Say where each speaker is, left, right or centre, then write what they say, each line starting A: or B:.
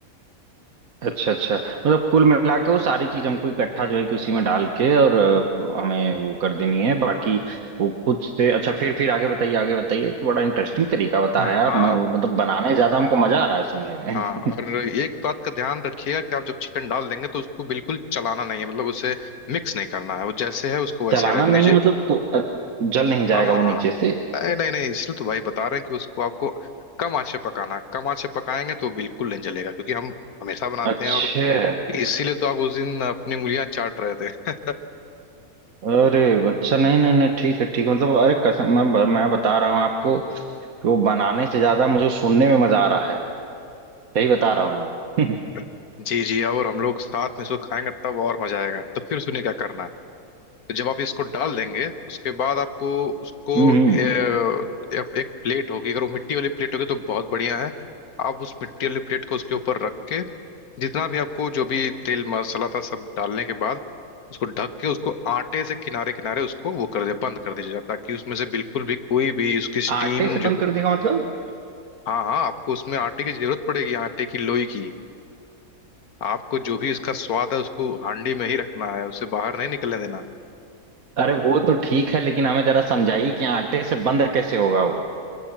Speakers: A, on the right; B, on the left.
A: अच्छा अच्छा मतलब कुल मिला के वो सारी चीज हमको इकट्ठा जो है कि उसी में डाल के और अ, हमें वो कर देनी है बाकी वो खुद से अच्छा फिर फिर आगे बताइए आगे बताइए तो बड़ा इंटरेस्टिंग तरीका बता
B: हाँ
A: रहे हैं आप
B: हाँ
A: म- मतलब बनाने ज्यादा हमको मजा आ रहा है सुनने में
B: हाँ और एक बात का ध्यान रखिएगा कि आप जब चिकन डाल देंगे तो उसको बिल्कुल चलाना नहीं है मतलब उसे मिक्स नहीं करना है वो जैसे है
A: <laughs>
B: उसको वैसे
A: चलाना
B: ही रहने
A: नहीं
B: दीजिए
A: है मतलब तो अ, जल नहीं जाएगा
B: हाँ
A: वो
B: हाँ
A: नीचे से
B: नहीं नहीं नहीं इसलिए तो भाई बता रहे हैं कि उसको आपको कम आँच पे पकाना है। कम आँच पे पकाएंगे तो बिल्कुल नहीं जलेगा क्योंकि हम हमेशा बनाते
A: अच्छा
B: हैं और इसीलिए तो आप उस दिन अपनी उंगलियां चाट रहे थे
A: अरे अच्छा नहीं नहीं नहीं ठीक है ठीक है मतलब अरे कसम मैं ब- मैं बता रहा हूँ आपको कि वो बनाने से ज्यादा मुझे सुनने में मजा आ रहा है यही बता रहा हूँ मैं <laughs>
B: <laughs> जी जी और हम लोग साथ में इसको खाएंगे तब और मजा आएगा तो फिर सुनिए क्या करना है तो जब आप इसको डाल देंगे उसके बाद आपको उसको
A: हम्म
B: ए,
A: हम्म।
B: एक एक प्लेट होगी अगर वो मिट्टी वाली प्लेट होगी तो बहुत बढ़िया है आप उस मिट्टी वाली प्लेट को उसके ऊपर रख के जितना भी आपको जो भी तेल मसाला था सब डालने के बाद उसको ढक के उसको आटे से किनारे किनारे उसको वो कर दे बंद कर दीजिएगा ताकि उसमें से बिल्कुल भी कोई भी उसकी स्टीम
A: आटे से
B: जो
A: बंद कर देगा मतलब?
B: हाँ हाँ आपको उसमें आटे की जरूरत पड़ेगी आटे की लोई की आपको जो भी उसका स्वाद है उसको हांडी में ही रखना है उसे बाहर नहीं निकलने देना
A: अरे वो तो ठीक है लेकिन हमें जरा समझाइए कि आटे से बंद कैसे होगा वो